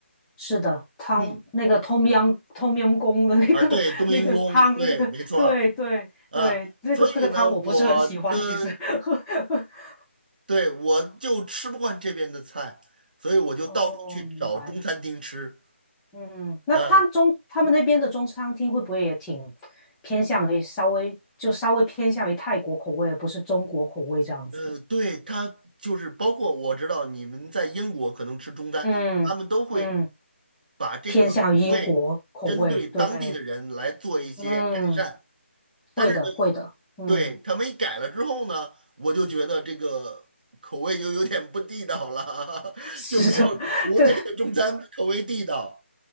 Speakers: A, in the centre; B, on the right.
A: 是的，汤那个
B: 嗯，
A: tom yum tom yum 公的那个
B: 啊，对，
A: <laughs>
B: 冬阴功，
A: 那个汤，
B: 对，
A: 这个对对对，
B: 没错儿。啊，
A: 这个这个汤我不是很喜欢，
B: 所以呢，我的，
A: 其实。<laughs>
B: 对，我就吃不惯这边的菜，所以我就到处去找中餐厅吃。
A: 哦，明白。嗯，那他中他们那边的中餐厅会不会也挺
B: 嗯，
A: 偏向于稍微就稍微偏向于泰国口味，而不是中国口味这样子？
B: 呃，对，它就是包括我知道你们在英国可能吃中餐，
A: 嗯嗯，
B: 他们都会。把这个口味针对当地的人来做一些改善。
A: 偏向于英国口味，对，嗯，
B: 但是呢
A: 会的会的，嗯，
B: 对，他们一改了之后呢，我就觉得这个口味就有点不地道了，<laughs>
A: <laughs> 是的，
B: 就没有国内的中餐口味地道。
A: <laughs> 这